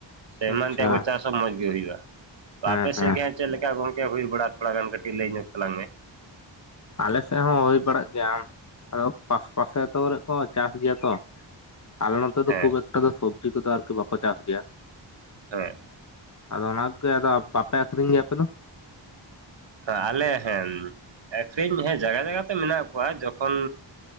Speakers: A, on the right; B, on the left.
A: ᱥᱮ
B: ᱟᱪᱪᱷᱟ
A: ᱮᱢᱟᱱ ᱛᱮᱭᱟᱜ ᱠᱚ ᱪᱟᱥ ᱢᱚᱡᱽ ᱜᱮ ᱦᱩᱭᱩᱜᱼᱟ, ᱛᱚ
B: ᱦᱮᱸ
A: ᱟᱯᱮ
B: ᱦᱮᱸ
A: ᱥᱮᱫ ᱜᱮ ᱦᱟᱸᱜ ᱪᱮᱫ ᱞᱮᱠᱟ ᱜᱚᱢᱠᱮ ᱦᱩᱭ ᱵᱟᱲᱟ ᱛᱷᱚᱲᱟ ᱜᱟᱱ ᱠᱟᱹᱴᱤᱡ ᱞᱟᱹᱭ ᱧᱚᱜ ᱛᱟᱞᱟᱝ ᱢᱮ ᱾
B: ᱟᱞᱮ ᱥᱮᱫ ᱦᱚᱸ ᱦᱩᱭ ᱵᱟᱲᱟᱜ ᱜᱮᱭᱟ ᱟᱫᱚ, ᱯᱟᱥᱯᱟᱥᱮ ᱟᱹᱛᱩ ᱠᱚᱨᱮ ᱠᱚ ᱪᱟᱥ ᱜᱮᱭᱟ ᱛᱚ ᱾ ᱟᱞᱮ ᱱᱚᱛᱮ ᱫᱚ
A: ᱦᱮᱸ
B: ᱠᱷᱩᱵ ᱮᱠᱴᱟ ᱫᱚ ᱥᱚᱵᱡᱤ ᱠᱚᱫᱚ ᱟᱨᱠᱤ ᱵᱟᱠᱚ ᱪᱟᱥ ᱜᱮᱭᱟ ᱾
A: ᱦᱮᱸ ᱾
B: ᱟᱫᱚ ᱚᱱᱟ ᱠᱚᱜᱮ ᱟᱫᱚ ᱵᱟᱯᱮ ᱟᱹᱠᱷᱨᱤᱧ ᱜᱮᱭᱟ ᱟᱯᱮ ᱫᱚ?
A: ᱟ ᱟᱞᱮ ᱦᱮᱸ ᱟᱹᱠᱷᱨᱤᱧ ᱦᱮᱸ ᱡᱟᱭᱜᱟ ᱡᱟᱭᱜᱟ ᱾ ᱛᱮ ᱢᱮᱱᱟᱜ ᱠᱚᱣᱟ ᱡᱚᱠᱷᱚᱱ